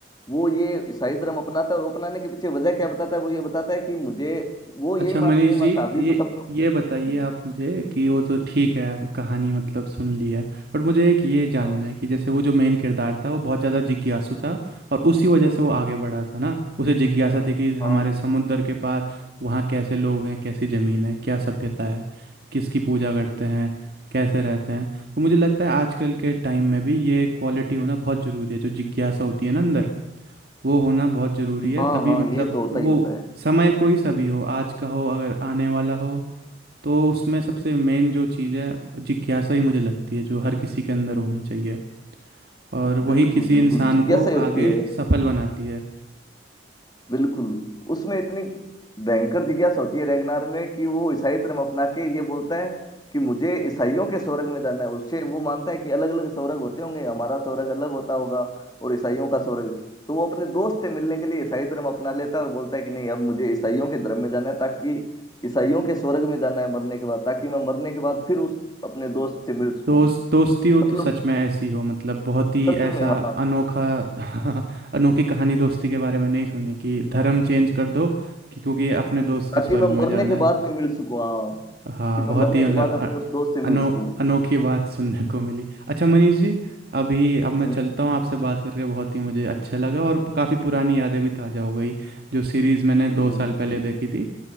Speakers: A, on the left (about 20°); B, on the right (about 55°).
A: वो ये ईसाई धर्म अपनाता है और अपनाने के पीछे वजह क्या बताता है वो ये बताता है कि मुझे वो यही
B: अच्छा मनीष
A: मान नहीं मानता
B: जी
A: अभी
B: ये
A: तो सब लोग
B: ये बताइए
A: जी जी
B: आप मुझे कि वो तो ठीक है कहानी मतलब सुन ली है बट मुझे एक ये जानना
A: हाँ
B: है कि जैसे वो जो मेन किरदार था वो बहुत ज़्यादा जिज्ञासु था और उसी वजह से वो आगे बढ़ा था ना उसे जिज्ञासा थी कि हमारे
A: हाँ
B: समुद्र के पार वहाँ कैसे लोग हैं कैसी ज़मीन है क्या सभ्यता है किसकी पूजा करते हैं कैसे रहते हैं तो मुझे लगता है आजकल के टाइम में भी ये क्वालिटी होना बहुत ज़रूरी है जो जिज्ञासा होती है ना अंदर वो होना बहुत ज़रूरी है
A: हाँ
B: तभी
A: हाँ
B: मतलब
A: ये तो होता
B: वो
A: ही होता है
B: समय कोई सा भी हो आज का हो अगर आने वाला हो तो उसमें सबसे मेन जो चीज़ है जिज्ञासा ही मुझे लगती है जो हर किसी के अंदर होनी चाहिए और
A: बिल्कुल
B: वही किसी
A: बिल्कुल
B: इंसान
A: जिज्ञासा
B: को
A: ही होती
B: आगे
A: है
B: सफल बनाती है
A: बिल्कुल उसमें इतनी भयंकर जिज्ञासा होती है रैगनार में कि वो ईसाई धर्म अपना के ये बोलता है कि मुझे ईसाइयों के स्वर्ग में जाना है उससे वो मानता है कि अलग अलग स्वर्ग होते होंगे हमारा स्वर्ग अलग होता होगा और ईसाइयों का स्वर्ग तो वो अपने दोस्त से मिलने के लिए ईसाई धर्म अपना लेता है और बोलता है कि नहीं अब मुझे ईसाइयों के धर्म में जाना है ताकि ईसाइयों के स्वर्ग में जाना है मरने के बाद ताकि मैं मरने के बाद फिर उस अपने दोस्त से मिल सकूं
B: दोस्त दोस्ती हो
A: मतलब
B: तो सच में ऐसी हो मतलब बहुत ही
A: सच
B: ऐसा
A: में हाँ
B: अनोखा <laughs> अनोखी कहानी दोस्ती के बारे में नहीं सुनी कि धर्म चेंज कर दो कि क्योंकि अपने दोस्त
A: ताकि
B: के स्वर्ग
A: मैं मरने
B: में जाना
A: के
B: है
A: बाद भी मिल सकूं हाँ
B: हाँ
A: कि मैं
B: बहुत
A: मरने
B: ही
A: के
B: मतलब
A: बाद
B: अ-
A: अपने उस दोस्त से मिल
B: अनो
A: सकूं
B: अनोखी बात सुनने को मिली अच्छा मनीष जी अभी अब मैं
A: हम्म
B: चलता हूँ आपसे बात करके बहुत ही मुझे अच्छा लगा और काफ़ी पुरानी यादें भी ताज़ा हो गई जो सीरीज़ मैंने
A: बिल्कुल
B: दो साल पहले देखी थी